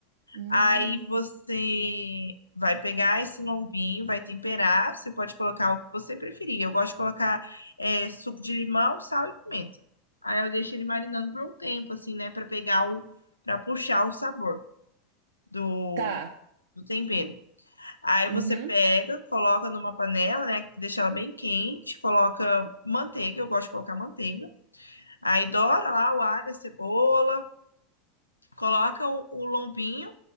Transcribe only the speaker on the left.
Aí você vai pegar esse lombinho, vai temperar, você pode colocar o que você preferir. Eu gosto de colocar é, suco de limão, sal e pimenta. Aí eu deixo ele marinando por um tempo, assim, né? Para pegar o, para puxar o sabor do,
do tempero. Aí
você pega, coloca numa panela, né? Deixa ela bem quente, coloca manteiga, eu gosto de colocar manteiga. Aí doura lá o alho, a cebola, coloca o, o lombinho,